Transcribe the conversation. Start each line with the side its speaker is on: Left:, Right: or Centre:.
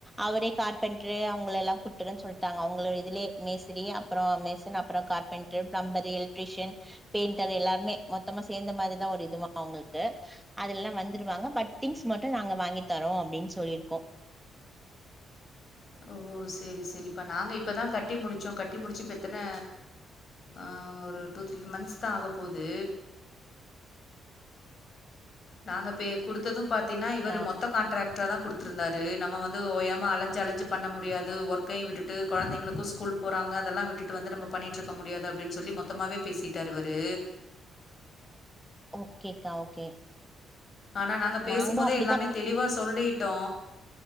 Centre: அவரே கார்பெண்ட்ரு அவங்கள எல்லா கூட் ட்டுறன் சொல்ட்டாங்க அவுங்கள இதுலே மேஸ்திரி அப்றோ மேசன் அப்றோ கார்பென்டர் பிளம்பரு எலக்ட்ரீஷியன் பெயிண்டர் எல்லாருமே மொத்தமா சேந்த மாதிரிதா ஒரு இதுவா அவுங்களுக்கு அதுல்லா வந்துருவாங்க பட் திங்ஸ் மட்டு நாங்க வாங்கி தரோ அப்டின் சொல்லிருக்கோ
Left: ஓ சேரி சேரிப்பா நாங்க இப்பதா கட்டி முடிச்சோ கட்டி முடிச்சு இப்ப எத்தன ஆ ஒரு டூ த்ரீ மந்த்ஸ் தா ஆகப்போது நாங்க பே குடுத்தது பாத்தீன்னா
Centre: சரிக்கா
Left: இவரு மொத்த காண்ட்ராக்டராதா குடுத்துருந்தாரு நம்ம வந்து ந்து ஓயாம அலைஞ்சு அலைஞ்சு பண்ண முடியாது ஒர்க்கையு விட்டுட்டு கொழந்தைகளுக்கு ஸ்கூல் போறாங்க அதெல்லா விட்டுட்டு வந்து நம்ம பண்ணிட்ருக்க முடியாது அப்டின் சொல்லி மொத்தமாவே பேசிட்டாரு இவரு
Centre: ஓகேக்கா ஓகே
Left: ஆனா நாங்க பேசும்
Centre: நாங்களு
Left: போதே
Centre: அப்டிதா
Left: எல்லாமே தெளிவா சொல்லிட்டோ